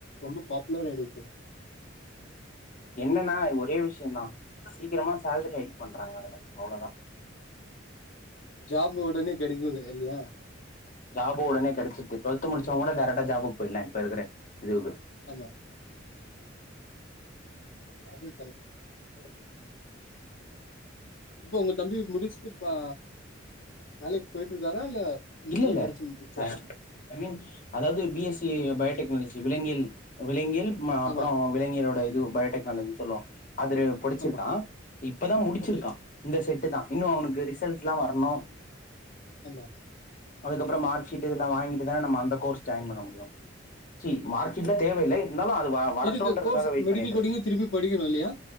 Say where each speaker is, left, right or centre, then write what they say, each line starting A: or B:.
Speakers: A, on the left; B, on the left.
A: ரொம்ப பாப்புலர் ஆயிடுசு
B: என்னென்னா ஒரே விஷ்யோ தா சீக்கிரமா சேல்ரி ஹைக் பண்றாங்க அதுல அவ்ளோதா
A: ஜாப் ஒடனே கெடைக்குது இல்லையா
B: ஜாப் ஒடனே கெடைச்சிது டுவெல்த் முச்சவ கூட டேரக்டா ஜாபுக்கு போயிலா இப்ப இருக்கற இதுக்கு
A: ஆமா அது கரட்
B: <inaudible>
A: இப்போ உங்க தம்பி முடிச்சிட்டு பா வேலைக்கு போயிட்டு இருக்காரா இல்ல இப்பதா
B: இல்ல இல்ல
A: படிச்சு முடிச்சாரா
B: ஆ ஐமீன் அதாவது பிஎஸ்சி பயோடெக்னாலஜி விலங்கியல் விலங்கியல் ம அப்புறோ
A: ஆமா
B: விலங்கியலோடா இது பயோடெக்னாலஜி சொல்லுவாங்க அது ரெ புடிச்சிருக்கா
A: ஆமா
B: இப்பதா முடிச்சிருக்கா
A: ஓகே
B: இந்த செட்டுதா இன்னு அவனுக்கு ரிசல்ட்ல்லா வரணு
A: ஆமா
B: அதுக்கப்புறோ மார்க் ஷீட் இதெல்லா வாங்கிட்டு தான நம்ம அந்த கோர்ஸ் ஜாயின் பண்ண முடியு சி மார்க் ஷீட்லா தேவயில்ல இருந்தாலு அது வ வரட்டும்ன்றதுக்காக
A: இதுக்கு கோர்ஸ்
B: வெயிட்
A: மெடிக்கல்
B: பண்ணிட்டு
A: கோடிங்க
B: இருக்கேன்
A: திருப்பி படிக்கணு இல்லையா